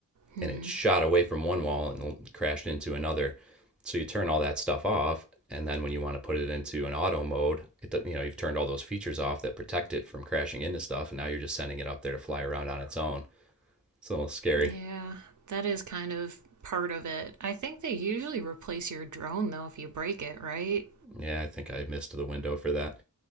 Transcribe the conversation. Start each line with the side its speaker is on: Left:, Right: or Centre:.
Right: Hmm.
Centre: and it shot away from one wall and crashed into another. So you turn all that stuff off, and then when you want to put it into an auto mode, it you know you've turned all those features off that protect it from crashing into stuff, and now you're just sending it up there to fly around on its own. It's a little scary.
Right: Yeah, that is kind of part of it. I think they usually replace your drone though if you break it, right?
Centre: Yeah, I think I missed the window for that,